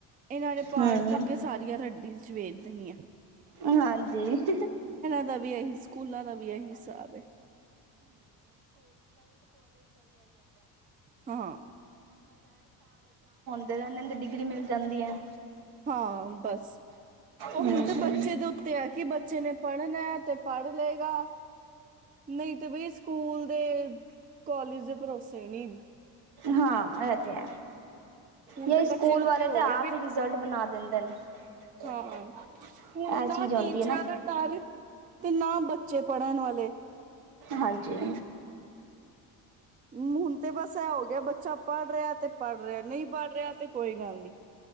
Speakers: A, on the right (about 20°); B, on the right (about 70°).
A: ਇਹਨਾਂ ਨੇ ਪਾੜ
B: ਹਮ
A: ਪੁੜ ਕੇ ਸਾਰੀਆਂ ਰੱਦੀ ਚ ਵੇ ਧਨੀਆ
B: ਹਾਂਜੀ। <unintelligible> <unintelligible>
A: ਦਾ ਵੀ ਇਹੀ ਸਕੂਲਾਂ ਦਾ ਵੀ ਇਹੀ ਹਿਸਾਬ ਹੈ ਹਾਂ
B: ਦਰਾਨ ਦੀ ਡਿਗਰੀ ਮਿਲ ਜਾਂਦੀ ਹੈ।
A: ਹਾਂ ਬਸ ਪ
B: ਹਮ
A: ਹੁਣ ਤੇ ਬੱਚੇ ਦੇ ਉੱਤੇ ਹੈ ਕਿ ਬੱਚੇ ਨੇ ਪੜ੍ਹਨਾ ਹੈ ਤੇ ਪੜ੍ਹ ਚੱਲੇਗਾ ਨਹੀਂ ਤੇ ਬਈ ਸਕੂਲ ਦੇ ਕਾਲਜ ਦੇ ਭਰੋਸੇ ਨੀ।
B: ਹਾਂ ਅ ਤੇ ਹੈ।
A: ਹੁਣ
B: ਜ
A: ਤੇ ਬੱਚੇ
B: ਸਕੂਲ
A: ਦੇ ਉੱਤੇ
B: ਵਾਲੇ
A: ਹੋ
B: ਤਾਂ
A: ਗਿਆ
B: ਆਪ
A: ਬਈ
B: ਹੀ ਰਿਜ਼ਲਟ ਬਣਾ ਦਿੰਦੇ ਨੇ ਇਹ
A: ਹਾਂ ਹੁਣ ਨਾ
B: ਚੀਜ਼ ਆਉਦੀ
A: ਟੀਚਰਾਂ
B: ਹੈ ਨਾ।
A: ਦਾ ਡਰ ਤੇ ਨਾ ਬੱਚੇ ਪੜ੍ਹਨ ਵਾਲੇ।
B: ਹਾਂਜੀ।
A: ਹੁਣ ਤੇ ਬਸ ਇਹ ਹੋ ਗਿਆ ਬੱਚਾ ਪੜ੍ਹ ਰਿਹਾ ਤੇ ਪੜ੍ਹ ਰਿਹਾ ਨਹੀਂ ਪੜ੍ਹ ਰਿਹਾ ਤੇ ਕੋਈ ਗੱਲ ਨੀ।